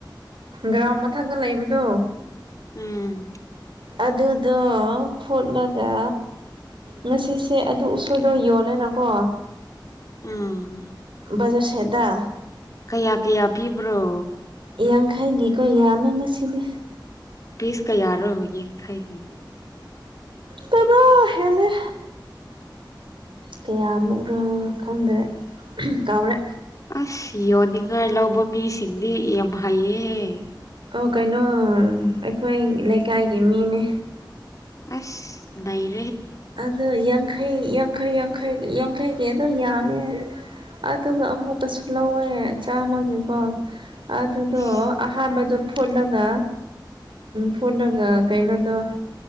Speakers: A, on the right; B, on the left.
A: ꯒ꯭ꯔꯥꯎ ꯃꯊꯛꯇ ꯂꯩꯕꯗꯣ
B: ꯎꯝ
A: ꯑꯗꯨꯗꯣ ꯐꯨꯠꯂꯒ ꯉꯁꯤꯁꯦ ꯑꯗꯨ ꯎꯁꯣꯏꯗꯧ ꯌꯣꯜꯂꯦꯅꯀꯣ
B: ꯎꯝ
A: ꯖꯔ ꯁꯦꯗꯥ
B: ꯀꯌꯥ ꯀꯌꯥ ꯄꯤꯕ꯭ꯔꯣ
A: ꯌꯥꯡꯈꯩꯒꯤꯀꯣ ꯌꯥꯝꯃꯦ ꯉꯁꯤꯗꯤ
B: ꯄꯤꯁ ꯀꯌꯥꯔꯣ ꯌꯦꯡꯈꯩ
A: ꯇꯕꯥ ꯍꯦꯟꯅ ꯀꯌꯥꯃꯨꯛꯔ ꯈꯪꯗꯔꯦ ꯀꯥꯎꯔꯦ
B: ꯑꯁ ꯌꯣꯟꯅꯤꯡꯉꯥꯏ ꯂꯧꯕ ꯃꯤꯁꯤꯡꯗꯤ ꯌꯥꯝ ꯍꯩꯌꯦꯍꯦ
A: ꯑꯣ ꯀꯩꯅꯣ ꯑꯩꯈꯣꯏ ꯂꯩꯀꯥꯏꯒꯤ ꯃꯤꯅꯦ
B: ꯑꯁ ꯏꯔ
A: ꯑꯗꯣ ꯌꯥꯡꯈꯩ ꯌꯥꯡꯈꯩ ꯌꯥꯡꯈꯩ ꯌꯥꯡꯈꯩ ꯀ ꯑꯗꯨꯣ ꯌꯥꯝꯃꯦ ꯑꯗꯨꯒ ꯑꯃꯨꯀꯁꯨ ꯂꯧꯋꯦ ꯆꯥꯝꯃꯒꯤꯀꯣ ꯑꯗꯨꯗꯣ
B: ꯑꯁ
A: ꯑꯍꯥꯟꯕꯗ ꯐꯣꯠꯂꯒ ꯐꯣꯠꯂꯒ ꯀꯩꯅꯣꯗꯣ